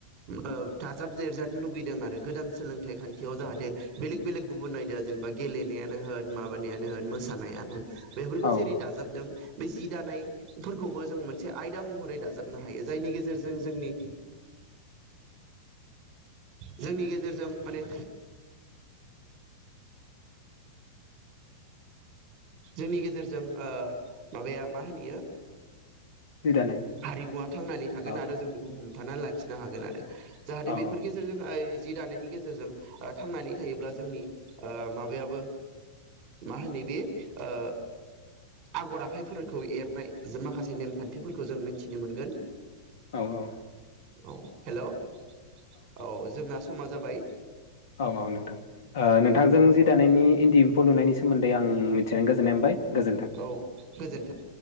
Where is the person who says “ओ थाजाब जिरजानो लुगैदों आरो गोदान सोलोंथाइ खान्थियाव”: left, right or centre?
Right